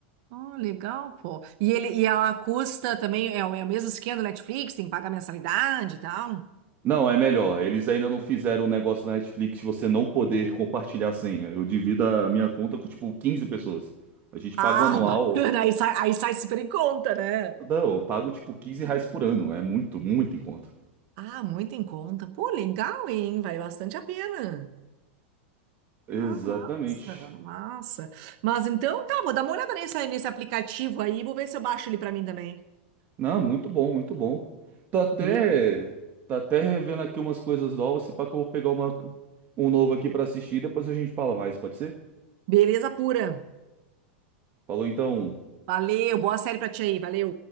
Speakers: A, on the right (about 55°); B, on the right (about 30°).
A: Oh, legal, pô. E ele e ela custa também, é o, é o mesmo esquema do Netflix, tem que pagar mensalidade e tal.
B: Não, é melhor. Eles ainda não fizeram um negócio da Netflix de você não poder compartilhar a senha. Eu divido a minha conta com, tipo, 15 pessoas. A gente paga
A: Ah,
B: um anual.
A: <laughs> bacana, aí sai, aí sai super em conta, né?
B: Não, eu pago, tipo, 15 reais por ano. É muito, muito em conta.
A: Ah, muito em conta. Pô, legal, hein? Vale bastante a pena.
B: Exatamente.
A: Ah, massa, massa. Mas então tá, vou dar uma olhada nesse, nesse aplicativo aí, vou ver se eu baixo ele pra mim também.
B: Não, muito bom, muito bom. Tô até,
A: Bele-
B: tô até revendo aqui umas coisas novas, se pá que eu vou pegar uma, um novo aqui pra assistir, depois a gente fala mais, pode ser?
A: Beleza pura.
B: Falou então,
A: Valeu, boa série pra ti aí, valeu.